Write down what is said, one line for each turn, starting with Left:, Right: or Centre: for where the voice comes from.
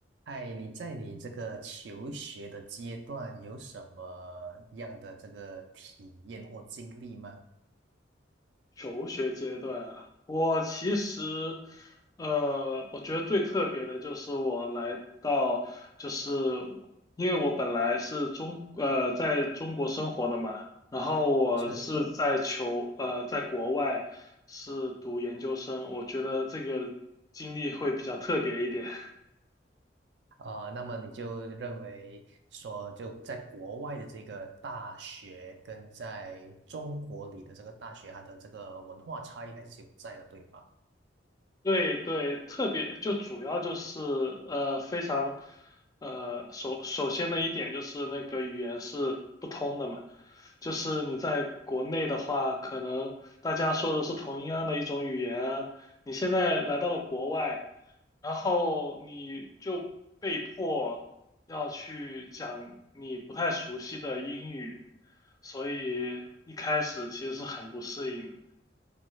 Right: 嗨，你在你这个求学的阶段有什么样的这个体验或经历吗？
Left: 求学阶段啊，我其实，呃，我觉得最特别的就是我来到，就是因为我本来是中，呃，在中国生活的嘛，然后我是嗯在求，
Right: 是，
Left: 呃，在国外是读研究生，我觉得这个经历会比较特别一点。<laughs>
Right: 呃，那么你就认为说，就在国外的这个大学跟在中国里的这个大学，它的这个文化差异还是有在的，对吧？
Left: 对对，特别就主要就是呃非常呃首首先的一点就是那个语言是不通的嘛，就是你在国内的话，可能大家说的是同一样的一种语言啊，你现在来到了国外，然后你就被迫要去讲你不太熟悉的英语，所以一开始其实是很不适应的。